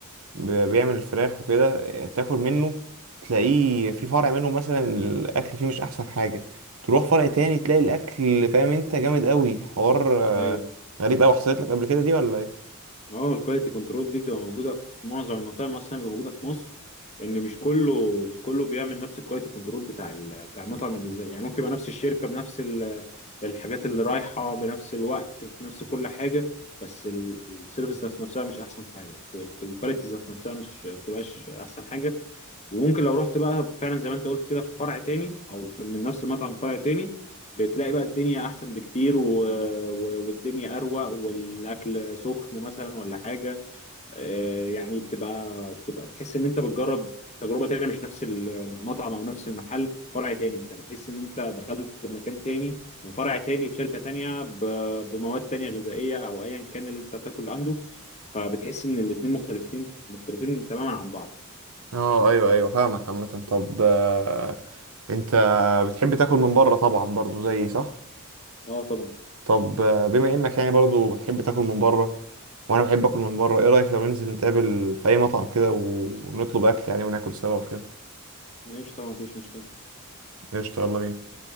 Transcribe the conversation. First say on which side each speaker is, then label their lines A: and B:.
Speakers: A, on the right; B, on the left.
A: ب- بيعمل الفراخ وكده آه، تاكل منه تلاقيه في فرع منه مثلا الاكل فيه مش احسن حاجه تروح فرع تاني تلاقي الاكل فاهم انت جامد قوي حوار آه،
B: ايوه
A: غريب قوي حصلت لك قبل كده دي ولا ايه
B: اه الكواليتي كنترول دي بتبقى موجوده في معظم المطاعم اصلا اللي موجوده في مصر ان مش كله مش كله بيعمل نفس الكواليتي كنترول بتاع ال- بتاع المطعم اللي زي يعني ممكن يبقى نفس الشركه بنفس ال- الحاجات اللي رايحه بنفس الوقت في نفس كل حاجه بس ال- السيرفيس ذات نفسها مش احسن حاجه الكواليتي ذات نفسها مش ما بتبقاش احسن حاجه وممكن لو رحت بقى فعلا زي ما انت قلت كده في فرع تاني او في- من نفس المطعم فرع تاني بتلاقي بقى الدنيا احسن بكتير و... و... والدنيا اروق والاكل سخن مثلا ولا حاجه آه، يعني بتبقى بتبقى تحس ان انت بتجرب تجربه تانية مش نفس المطعم او نفس المحل فرع تاني انت بتحس ان انت دخلت مكان تاني من فرع تاني بشركه تانية ب... بمواد تانية غذائيه او ايا كان اللي انت بتاكل عنده فبتحس ان الاتنين مختلفين مختلفين تماما عن بعض
A: اه ايوه ايوه فاهمك عامة طب آه، انت بتحب تاكل من بره طبعا برضو زيي صح
B: اه طبعا
A: طب آه، بما انك يعني برضو بتحب تاكل من بره وانا بحب اكل من بره ايه رأيك لو ننزل نتقابل في اي مطعم كده ونطلب اكل يعني وناكل سوا وكده
B: ماشي طبعا مفيش مشكلة
A: قشطة يلا بينا